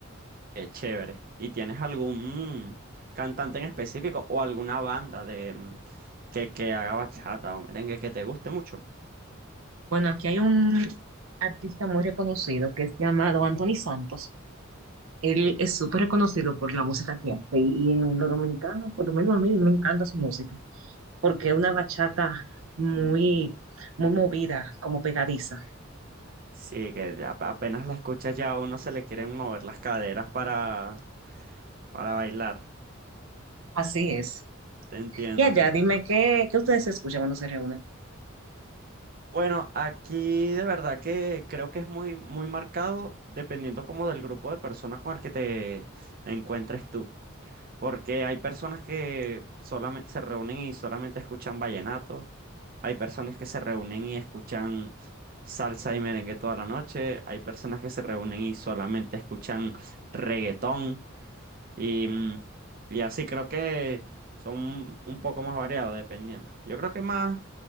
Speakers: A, on the right; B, on the right.
A: Qué chévere. ¿Y tienes algún mm, cantante en específico o alguna banda de mm, que, que haga bachata o merengue que te guste mucho?
B: Bueno, aquí hay un artista muy reconocido que es llamado Anthony Santos. Él es súper reconocido por la música que hace y y en lo dominicano, por lo menos a mí me encanta su música, porque es una bachata muy, muy movida, como pegadiza.
A: Sí, que de- apenas la escuchas ya a uno se le quieren mover las caderas para, para bailar.
B: Así es.
A: Te entiendo,
B: Y allá,
A: te entiendo.
B: dime qué, qué ustedes escuchan cuando se reúnen.
A: Bueno, aquí de verdad que creo que es muy, muy marcado dependiendo como del grupo de personas con el que te encuentres tú. Porque hay personas que solamente se reúnen y solamente escuchan vallenato. Hay personas que se reúnen y escuchan salsa y merengue toda la noche. Hay personas que se reúnen y solamente escuchan reggaetón. Y, mm, y así creo que son un poco más variados dependiendo. Yo creo que más